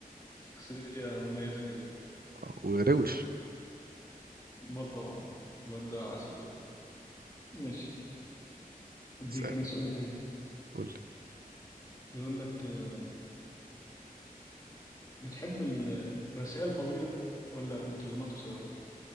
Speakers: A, on the left; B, on the right.
A: شخصية مميزة كده
B: آه، وروش
A: مال طبعا الواد ده عسل أوي ماشي أديك
B: اسألنا
A: أنا سؤال تاني
B: قول
A: بيقول لك آه، بتحب الرسائل طويلة ولا مكالمات قصيرة؟